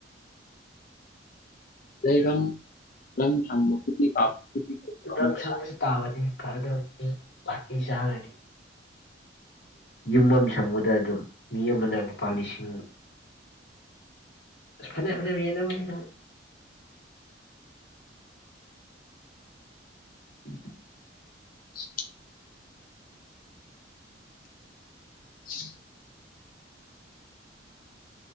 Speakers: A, on the left (about 50°); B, on the left (about 75°).
A: <unintelligible>
B: ꯎꯗꯪ
A: ꯑꯃ ꯄꯩꯁꯥ
B: ꯁꯪꯕꯁꯨ ꯇꯥꯕꯅꯤ ꯐꯔꯗ꯭ꯔꯣ ꯃꯤ ꯄꯥꯔꯇꯤ ꯆꯥꯒ꯭ꯔꯗꯤ ꯌꯨꯝ ꯑꯝ ꯁꯪꯕꯗ ꯑꯗꯨꯝ ꯃꯤ ꯑꯃꯅ ꯂꯨꯄꯥ ꯂꯤꯁꯤꯡ ꯑꯁ ꯑꯁ ꯐꯅ꯭ꯌꯥꯝ ꯐꯅ꯭ꯌꯥꯝ ꯌꯦꯟꯅꯕꯅꯤꯗ ꯃꯗꯨ <inaudible>
A: <inaudible> <inaudible>